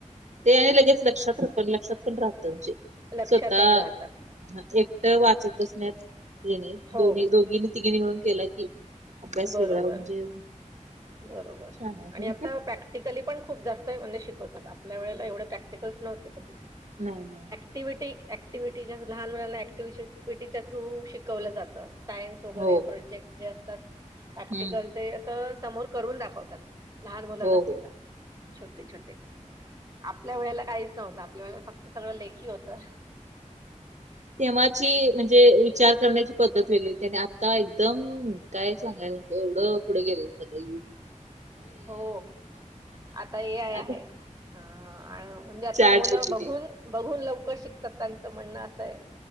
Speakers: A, on the right; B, on the right.
A: ते आणि लगेच लक्षात्र पण लक्षात पण राहतं. म्हणजे
B: लक्षातही
A: स्वतः
B: राहत
A: एकटं वाचत बसण्यात येणे
B: हो
A: दोन्ही दोघीनी तिघीने मिळून केला की, अभ्यास
B: बरोबर
A: वेगळा म्हणजे
B: बरोबर
A: छान आहे
B: आणि आता प्रॅक्टिकली पण खूप जास्त तोय म्हणे शिकवतात. आपल्या वेळेला एवढे प्रॅक्टिकल्स नव्हते कधी
A: नाही नाही.
B: ॲक्टिव्हिटी ॲक्टिव्हिटी जास्त लहान मुलांना ॲक्टिवेशन व्हिटी थ्रू शिकवलं जातं. सायन्स वगैरे
A: हो
B: प्रोजेक्ट जे असतात. प्रॅक्टिकल
A: हम्म
B: ते असं समोर करून दाखवतात. लहान मुलांना
A: हो
B: सुद्धा
A: हो
B: छोटे छोटे आपल्या वेळेला काहीच नव्हतं. आपल्या वेळेला फक्त सगळं लेखी होतं.
A: तेव्हाची म्हणजे विचार करण्याची पद्धत वेगली होती. आता एकदम काय सांगायला एवढं पुढे गेले. सगळे येऊन
B: हो. आता ए आय आहे.
A: आता
B: अ म्हणजे आता
A: चॅट
B: मुलं
A: जीपीटी
B: बघून बघून लवकर शिकतात. त्यांचं म्हणणं असंय.